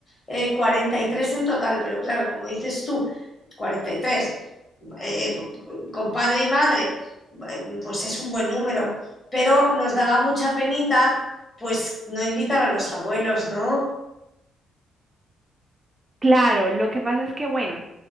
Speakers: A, on the left; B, on the right.
A: eh, 43 en total, pero claro, como dices tú, 43, eh, con padre y madre, eh, pues es un buen número pero nos daba mucha penita pues no invitan a los abuelos, ¿no?
B: Claro, lo que pasa es que, bueno,